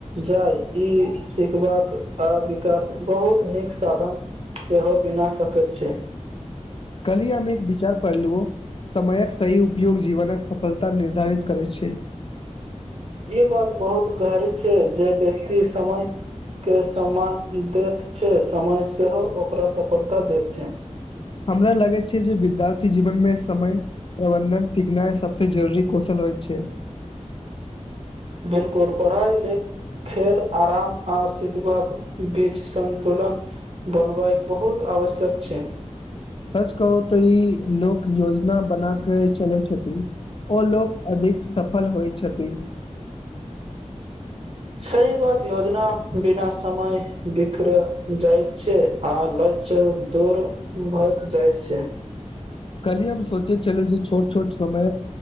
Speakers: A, on the right; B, on the left.
A: जाय ई सिखबाक आ विकास बहुत नीक साधन सेहो बिना सकैत छै।
B: कली हम एक विचार पहिलु समयक सही उपयोग जीवन सफलता निर्धारित करै छै।
A: ई बात बहुत गहरी छै जे व्यक्ति समय के सम्मान दैत छै समय सेहो ओकरा सफलता दैत छै।
B: हमरा लगैत छै जे विद्यार्थी जीवन मे समय प्रबन्धन सीखनाइ सभसँ जरूरी कौशल होइत छै।
A: बिलकुल पढ़ाइ लेल खेल आराम आ सिखबाक बीच सन्तुलन बनबाक बहुत आवश्यक छै।
B: सच कहू त ई लोक योजना। बना क चलैत ओ लोक अधिक।।। फल होइ। छथि त।
A: सही बात योजना बिना समय बिखर जाइत छै आ ल्ष्य दूर भ जाइत छै।
B: कल हमम सोचे चलू जे छोट छोट समय